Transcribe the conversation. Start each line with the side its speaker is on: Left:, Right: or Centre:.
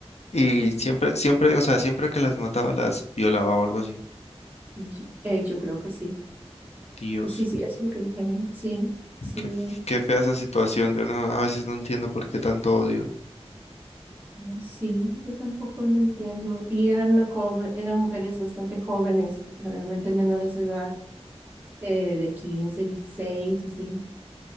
Left: Y
Right: así,
Left: siempre, siempre, o sea, siempre que las mataba, las violaba o algo así.
Right: y, eh, yo creo que sí.
Left: Dios,
Right: Sí, sí, eso es lo que dijeron. Sí, sí,
Left: qué, f- qué fea esa situación. Yo no, a veces no entiendo por qué tanto odio.
Right: Mm, Sí, yo tampoco lo entiendo. Y eran joven, eran mujeres bastante jóvenes, realmente menores de edad, eh, de 15, 16, así.